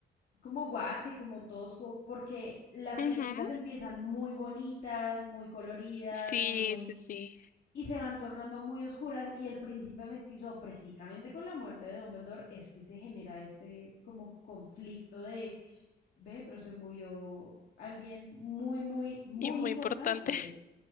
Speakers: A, on the left; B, on the left.
A: como guache, como tosco, porque las
B: ujú,
A: películas empiezan muy bonitas, muy coloridas,
B: Sí,
A: muy
B: sí, sí,
A: y se van tornando muy oscuras y el príncipe mestizo precisamente con la muerte de Dumbledore es que se genera este como conflicto de ve, pero se murió alguien muy muy muy
B: y muy
A: importante.
B: importante, <laughs>